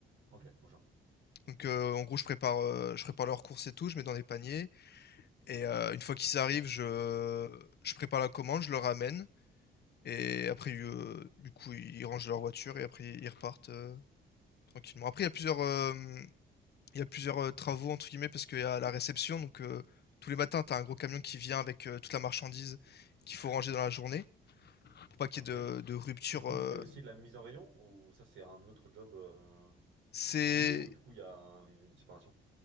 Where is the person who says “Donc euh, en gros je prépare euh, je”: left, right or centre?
Left